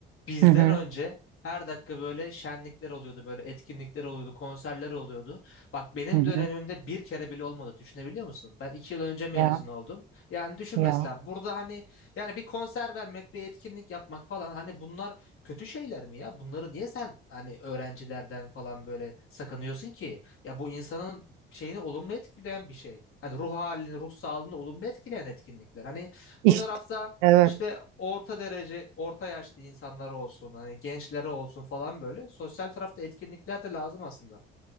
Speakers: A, on the left; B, on the right.
A: Bizden
B: hı hı.
A: önce her dakika böyle şenlikler oluyordu, böyle etkinlikler oluyordu, konserler oluyordu. Bak benim
B: Hı hı.
A: dönemimde bir kere bile olmadı. Düşünebiliyor musun? Ben 2 yıl önce mezun
B: Ya
A: oldum. Yani düşün
B: ya.
A: mesela burada hani yani bir konser vermek, bir etkinlik yapmak falan hani bunlar kötü şeyler mi ya? Bunları niye sen hani öğrencilerden falan böyle sakınıyorsun ki? Ya bu insanın şeyini olumlu etkileyen bir şey. Hani ruh halini, ruh sağlığını olumlu etkileyen etkinlikler. Hani
B: İşte.
A: bu tarafta
B: Evet.
A: işte orta derece, orta yaşlı insanlar olsun, hani gençlere olsun falan böyle. Sosyal tarafta etkinlikler de lazım aslında.